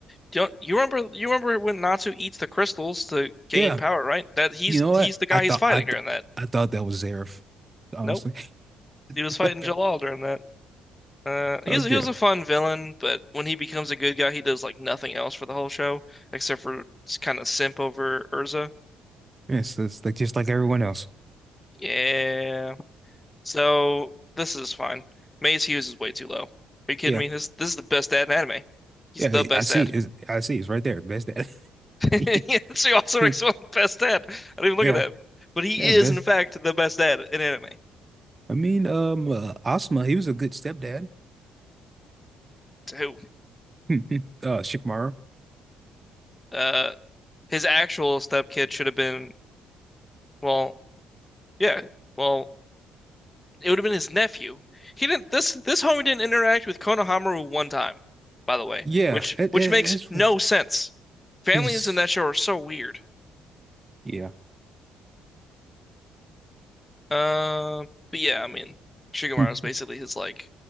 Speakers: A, on the left; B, on the right.
A: Do you, you remember you remember when Natsu eats the crystals to gain
B: Yeah,
A: power, right? That he's
B: you know what?
A: he's the guy
B: I thought
A: he's fighting
B: I th
A: during that.
B: I thought that was Zaref, honestly.
A: Nope.
B: <laughs>
A: He was fighting
B: I
A: Jalal during that. Uh, he
B: Okay.
A: was he was a fun villain, but when he becomes a good guy, he does like nothing else for the whole show except for kind of simp over Urza.
B: Yes, it's like just like everyone else.
A: Yeah. So this is fine. Maze Hughes is way too low. Are you kidding
B: Yeah.
A: me? This this is the best dad in anime. He's
B: Yeah,
A: the best
B: I see.
A: dad.
B: It's, I see. It's right there. Best dad.
A: <laughs>
B: <laughs>
A: Yeah, so he also makes one the best dad. I didn't even look
B: Yeah.
A: at that. But he
B: Yeah,
A: is
B: best.
A: in fact the best dad in anime.
B: I mean, um, uh, Asma, he was a good stepdad.
A: To who?
B: <laughs> Uh, Shikamaru.
A: Uh, his actual stepkid should have been well, yeah. Well, it would have been his nephew. He didn't. This this homie didn't interact with Konohamaru one time, by the way,
B: Yeah,
A: which
B: it,
A: which
B: it,
A: makes
B: it's
A: no sense. Families
B: his.
A: in that show are so weird.
B: Yeah. <laughs>
A: Uh, but yeah, I mean, Shigemaru
B: Hmm.
A: is basically his like